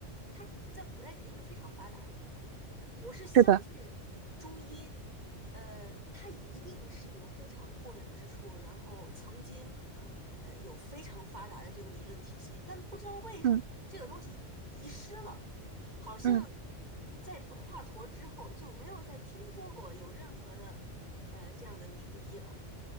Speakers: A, on the right; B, on the right.
A: 它在古代肯定是非常发达的。我是相信中医，
B: 是的，
A: 呃，它一定是有非常过人之处，然后曾经可能呃有非常发达的这个理论体系，但不知道为什么这个东西遗失了，
B: 嗯
A: 好像
B: 嗯
A: 在华佗之后就没有再听说过有任何的呃这样的名医了。